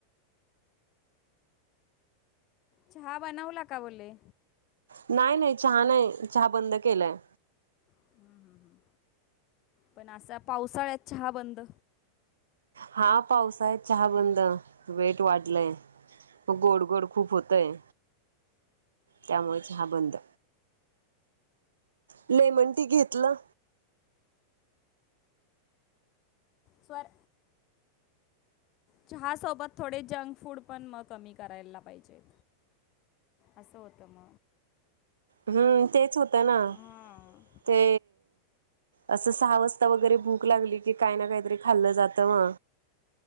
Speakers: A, on the left; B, on the right.
A: चहा बनवला का बोले?
B: नाही नाही चहा नाही चहा बंद केलाय.
A: हम् हम् हम्म, पण असा पावसाळ्यात चहा बंद?
B: हा पावसाळ्यात चहा बंद वेट वाढलंय. गोड गोड खूप होतंय. त्यामुळे चहा बंद. लेमन टी घेतलं.
A: स्वर. चहासोबत थोडे जंक फूड पण मग, कमी करायला पाहिजेत. असं होतं म.
B: हम्म, तेच होतं ना.
A: हां
B: ते. असं सहा वाजता वगैरे भूक लागली की, काय ना काहीतरी खाल्लं जातं म.